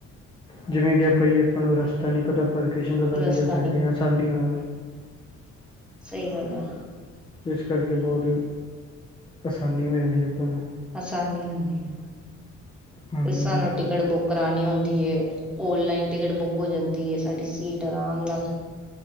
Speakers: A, on the left (about 15°); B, in the centre.
A: ਜਿਵੇਂ ਕਿ <unintelligible> ਆਪਾਂ ਨੂੰ ਰਸਤਾ ਨੀ ਪਤਾ ਆਪਾਂ ਲੋਕੇਸ਼ਨ ਲਗਾ
B: ਰਸਤਾ
A: ਕੇ ਜਾ ਸਕਦੇ ਆ ਆਸਾਨੀ ਨਾਲ।
B: ਸਈ ਗੱਲ ਆ।
A: ਇਸ ਕਰਕੇ ਬਹੁਤ ਆਸਾਨੀ ਹੋ ਜਾਂਦੀ ਆ ਆਪਾਂ ਨੂੰ।
B: ਆਸਾਨੀ ਆਂਦੀ
A: ਹਾਂਜੀ
B: ਆ <unintelligible> ਟਿਕਟ ਬੁੱਕ ਕਰਾਣੀ ਹੁੰਦੀ ਐ ਓਨਲਾਈਨ ਟਿਕਟ ਬੁੱਕ ਹੋ ਜਾਂਦੀ ਐ ਸਾਡੀ ਸੀਟ ਆਰਾਮ ਨਾਲ।